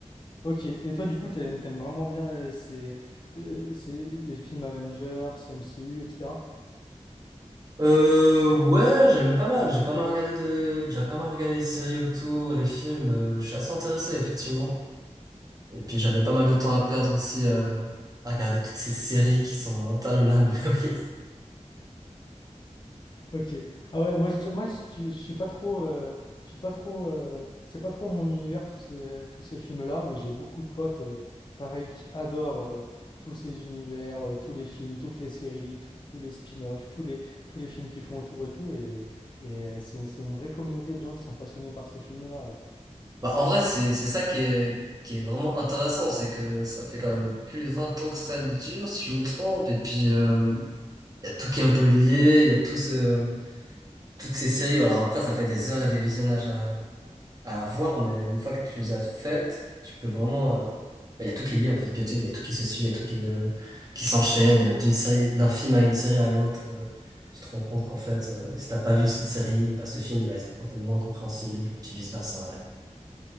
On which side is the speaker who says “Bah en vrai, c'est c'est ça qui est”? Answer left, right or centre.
Right